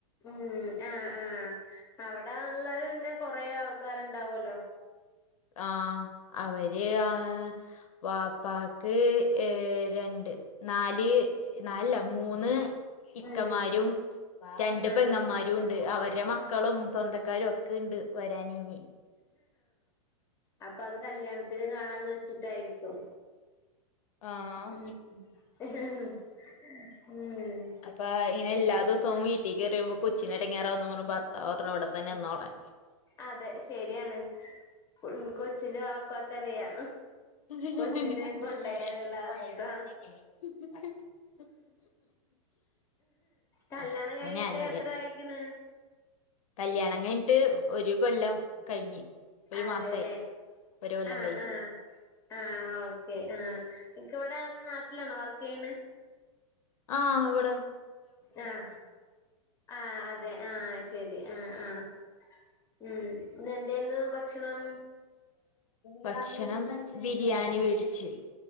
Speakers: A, on the left; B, on the left.
A: ഉം ആഹ് ആഹ്. അവിടെ ഉള്ളരു പിന്നെ കൊറേ ആൾക്കാരുണ്ടാവൊല്ലോ
B: ആഹ് അവര് ആ വാപ്പാക്ക് ഏഹ് രണ്ട് നാല് നാലല്ല മൂന്ന് ഇക്കമാരും
A: ഉം
B: രണ്ട്
A: ആഹ്
B: പെങ്ങമ്മാ രൂണ്ട്. അവര്ടെ മക്കളും സ്വന്തക്കാരും ഒക്കെ ഇണ്ട് വരാൻ ഇനി.
A: അപ്പൊ അത് കല്യാണത്തിന് കാണാന്ന് വെച്ചിട്ടായിരിക്കും
B: ആഹ്
A: ഉം ഉം
B: അപ്പൊ ഇങ്നെ എല്ലാ ദിവസവും വീട്ടി കേറി മ്പോ കൊച്ചിനെടങ്ങേറാവുംന്ന് പറഞ്ഞ് ഭർത്താവ് പറഞ്ഞു ഇവിടെ തന്നെ നിന്നോളാൻ.
A: അതെ ശരിയാണ്. ഉം കൊച്ചിന്റെ വാപ്പാക്കറിയാ.
B: <unintelligible>
A: കൊച്ചിനെ കൊണ്ടയാലുള്ള അവസ്ഥ കല്യാണം
B: അപ്പൊ
A: കഴിഞ്ഞിട്ട്
B: ഞാനും
A: എത്ര
B: വിചാരിച്ചു
A: ആയിക്ണ്?
B: കല്യാണം കഴിഞ്ഞിട്ട് ഒരു കൊല്ലം കഴിഞ്ഞ് ഒരു
A: അതെല്ലേ
B: മാസായി ഒരു കൊല്ലം
A: ആഹ്
B: കഴിഞ്ഞ്
A: ആഹ് ആഹ് ഓക്കേ. ആഹ്. ഇക്ക വടെ നാട്ടിലാണോ വർക്കെയ്യ്ണെ?
B: ആഹ് വടെ.
A: ആഹ്. ആഹ് അതെ ആഹ് ശരി ആഹ് ആഹ് ഉം ഇന്ന് എന്തേ ന്ന് ഭക്ഷണം?
B: ഭക്ഷണം വിരിയാണി വേടിച്ച്.